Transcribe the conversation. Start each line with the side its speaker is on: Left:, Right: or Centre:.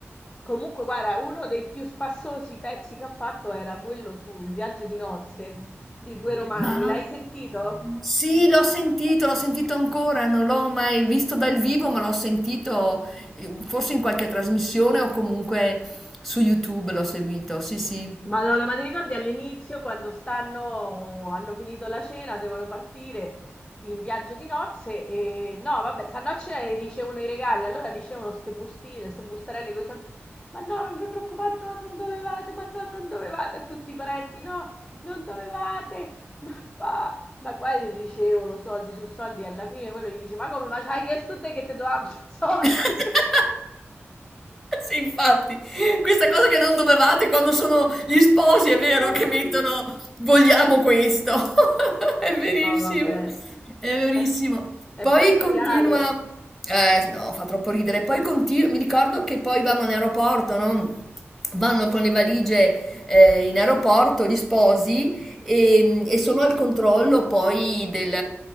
Left: Comunque, guarda, uno dei più spassosi pezzi che ha fatto era quello sul viaggio di nozze di due romani.
Centre: ma...
Left: L'hai sentito?
Centre: Sì, l'ho sentito, l'ho sentito ancora, non l'ho mai visto dal vivo, ma l'ho sentito eh, forse in qualche trasmissione o comunque su YouTube l'ho seguito, sì sì.
Left: Madonna, ma ti ricordi all'inizio quando stanno, hanno finito la cena, devono partire in viaggio di nozze e no, vabbè, stanno a cena e ricevono i regali, allora ricevono ste bustine, ste bustarelle con i soldi. Ma no, non vi preoccupate, no, non dovevate, ma no, non dovevate a tutti i parenti, no, non dovevate, ma va, ma qua gli ricevono soldi su soldi e alla fine quello gli dice, ma come, ma ci hai chiesto te che ti dovevamo i soldi?
Centre: <laughs>
Left: <laughs>
Centre: Sì, infatti, questa cosa che non dovevate quando sono gli sposi, è vero
Left: Eh,
Centre: che mettono
Left: Dio.
Centre: vogliamo questo. <laughs> È verissimo,
Left: No, vabbè,
Centre: è verissimo.
Left: è, è
Centre: Poi
Left: proprio
Centre: continua,
Left: reale.
Centre: eh no, fa troppo ridere. Poi continua, mi ricordo che poi vanno in aeroporto, no? Vanno con le valigie eh, in aeroporto gli sposi e, e sono al controllo poi del...